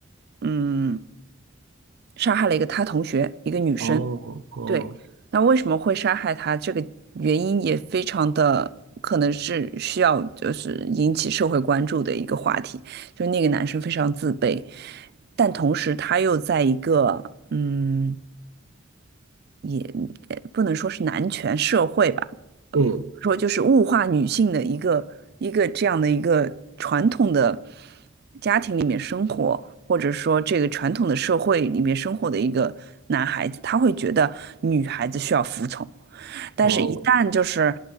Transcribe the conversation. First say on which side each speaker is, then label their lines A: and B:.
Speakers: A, on the right; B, on the right.
A: 嗯，杀害了一个他同学，一个女生，
B: 哦哦，
A: 对，那为什么会杀害他？这个原因也非常的可能是需要就是引起社会关注的一个话题。就那个男生非常自卑，但同时他又在一个嗯，也也不能说是男权社会吧。
B: 嗯
A: 说就是物化女性的一个一个这样的一个传统的家庭里面生活，或者说这个传统的社会里面生活的一个男孩子，他会觉得女孩子需要服从，但是一旦就是
B: 哦